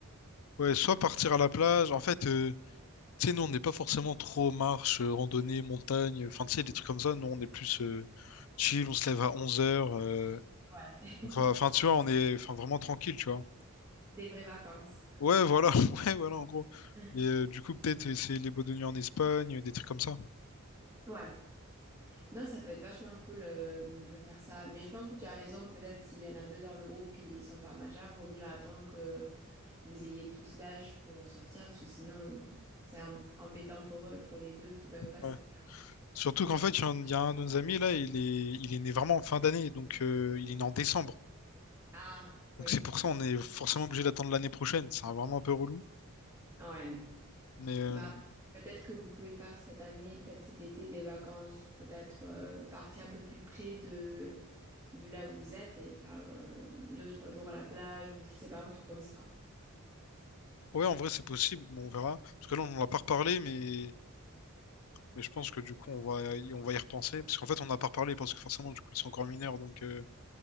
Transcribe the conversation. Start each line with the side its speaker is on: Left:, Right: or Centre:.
Left: ouais, soit partir à la plage. En fait, euh, tu sais, nous, on n'est pas forcément trop marche, euh, randonnée, montagne. Enfin, tu sais, des trucs comme ça. Nous, on est plus euh, chill, on se lève à onze heures euh,
Right: ouais. <laughs>
Left: Enfin, enfin, tu vois, on est enfin, vraiment tranquille, tu vois.
Right: Des vraies vacances.
Left: Ouais, voilà, <laughs> ouais, voilà, en gros.
Right: Hmm.
Left: Et euh, du coup, peut-être essayer les boîtes de nuit en Espagne, des trucs comme ça.
Right: Ouais. Non, ça peut être vachement cool, heu, de faire ça, mais je pense que tu as raison, peut-être s'il y en a 2 dans le groupe qui sont pas majeurs, vaut mieux attendre que vous ayez tous l'âge pour sortir parce que sinon c'est em embêtant pour eux, pour les deux qui peuvent pas sortir.
Left: Ouais. Surtout qu'en fait, il y, a un il y a un de nos amis là, il est, il est né vraiment en fin d'année, donc euh, il est né en décembre.
Right: Ah
Left: Donc
Right: oui,
Left: c'est pour ça on est forcément obligé d'attendre l'année prochaine. C'est vraiment un peu relou.
Right: ouais,
Left: Mais euh,
Right: mais après peut-être que vous pouvez faire cette année, peut-être cet été des vacances, peut-être, heu, partir un peu plus près de de là où vous êtes et faire, heu, 2-3 jours à la plage ou je sais pas, un truc comme ça.
Left: Ouais, en vrai, c'est possible, mais on verra. Parce que là, on n'en a pas reparlé, mais... mais je pense que du coup, on va y, on va y repenser. Parce qu'en fait, on n'a pas reparlé, parce que forcément, du coup, ils sont encore mineurs. Donc, euh,